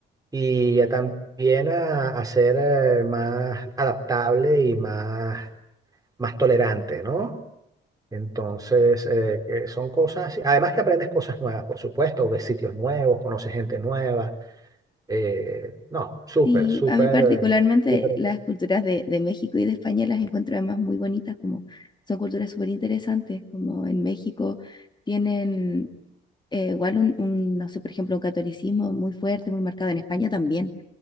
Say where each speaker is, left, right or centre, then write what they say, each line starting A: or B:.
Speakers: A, on the right; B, on the left.
A: y a también a, a ser eh, más adaptable y más, más tolerante, ¿no? Entonces, eh, que son cosas, además que aprendes cosas nuevas, por supuesto, ves sitios nuevos, conoces gente nueva, eh, no, súper,
B: Sí,
A: súper,
B: a mí particularmente
A: eh, súper,
B: las culturas de, de México y de España las encuentro además muy bonitas, como son culturas súper interesantes, como en México tienen eh, igual un, un, no sé, por ejemplo, un catolicismo muy fuerte, muy marcado, en España también,